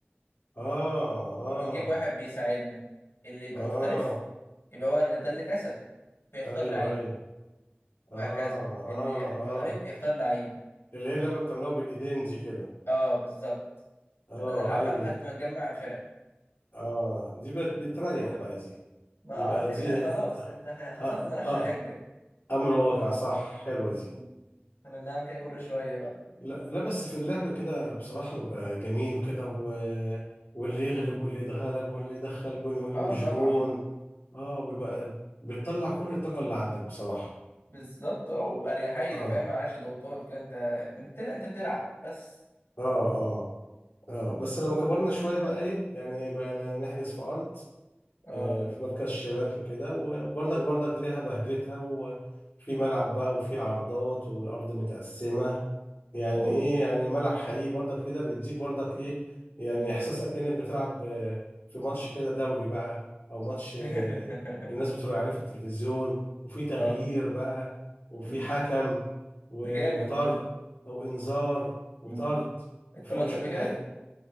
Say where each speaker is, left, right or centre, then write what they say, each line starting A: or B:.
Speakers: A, on the left; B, on the left.
A: اه اه
B: ونجيب واحد بيساعدنا اللي يبقى
A: اه
B: مختلف يبقى هو اللي ده اللي كسب فيختار
A: ايوه
B: لعيب
A: ايوه
B: وهكذا
A: اه
B: اللي
A: اه
B: يخ- يبقى
A: اه
B: غالب يختار لعيب
A: اللي هي اللعبه بتعملوها بالايدين دي كده
B: اه بالظبط
A: اه
B: نبدأ نلعبها
A: ايوه
B: لحد
A: ده
B: ما نجمع الفرق
A: اه دي بت- بتريح بقى دي
B: ما
A: يبقى
B: اه انت
A: دي
B: كده خلاص انت خ- خسرت
A: آه
B: مالكش
A: آه
B: حجة
A: امر واقع صح حلوه دي
B: مم. كنا بنعمل كده كل شوية بقى
A: لا لا بس في اللعب كده بصراحة بيبقى جميل وكده و... واللي يغلب واللي يتغلب واللي يدخل جون يقول
B: اه
A: لي مش
B: طبعا
A: جون اه بيبقى بتطلع كل الطاقة اللي عندك بصراحة
B: بالظبط اه وأريحية
A: اه
B: فاهم معلكش ضغوطات كده انت بتل... انت بتلعب بس
A: اه اه اه بس لما كبرنا شوية بقى ايه يعني بقى نحجز في أرض
B: اه
A: آه، في مركز الشباب في كده وبرضك برضك لها بهجتها وفي ملعب بقى وفي عرضات والأرض متقسمة يعني
B: اه
A: إيه يعني ملعب حقيقي برضك كده بيديك برضك إيه يعني
B: مم.
A: إحساسك كأنك بتلعب آه، في ماتش كده دولي بقى أو ماتش آه،
B: <laughs>
A: الناس بتتفرج عليه في التلفزيون وفي تغيير
B: اه
A: بقى وفي
B: مم.
A: حكم و-
B: ده جامد
A: وطرد
B: ده
A: أو إنذار وطرد
B: مم. اتطردت
A: وفي مشجعين
B: قبل كده